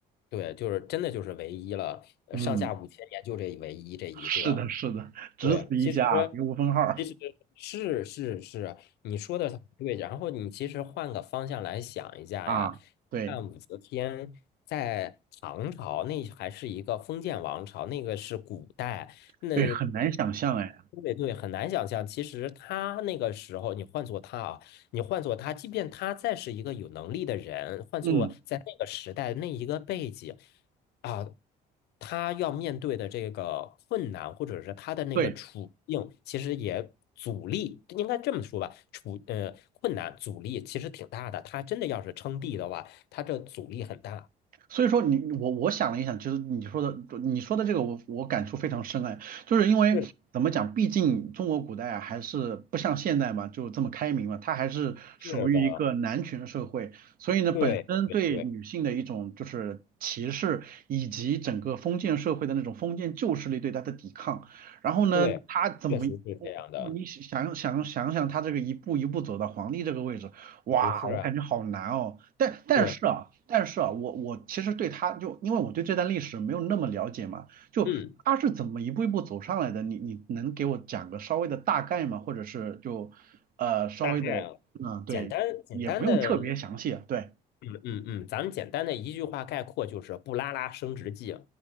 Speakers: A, on the left; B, on the right.
A: 对，就是真的就是唯一了，呃上下五千年就这唯一这一个。
B: 嗯，是的，是的，只此一家，
A: 对啊，其实
B: 别无分号儿
A: 其实是是是啊，你说的对。然后你其实换个方向来想一下呀，
B: 啊。对
A: 看武则天在唐朝那还是一个封建王朝，那个是古代，那
B: 对，很难想象哎。
A: 对对，很难想象。其实他那个时候，你换做他啊，你换做他，即便他再是一个有能力的人，换做在那个时代那一个背景。
B: 嗯，
A: 啊，他要面对的这个困难，或者是他的那个处境，
B: 对。
A: 其实也阻力，应该这么说吧，处呃困难阻力其实挺大的。他真的要是称帝的话，他这阻力很大。
B: 所以说你我我想了一想，其实你说的你说的这个我我感触非常深哎，就是因为怎么讲，
A: 是的，
B: 毕竟中国古代啊还是不像现代嘛，就这么开明嘛，它还是属于一个男权社会，
A: 是的，
B: 所以呢本身对女性的一种就是歧视，
A: 对对对
B: 以及整个封建社会的那种封建旧势力对她的抵抗，然后呢他怎么？
A: 对，确实是这样的，
B: 我你想想想想想，他这个一步一步走到皇帝这个位置，哇，
A: 不是啊，
B: 我感觉好难哦。但但是啊，
A: 对，
B: 但是啊，我我其实对他就因为我对这段历史没有那么了解嘛，就他是怎么一步一步走上来的？
A: 嗯，
B: 你你能给我讲个稍微的大概吗？或者是就呃稍微的嗯对，
A: 大概啊，简单简单的，
B: 也不用特别详细啊。对，
A: 嗯嗯嗯，咱们简单的一句话概括就是布拉拉升职记。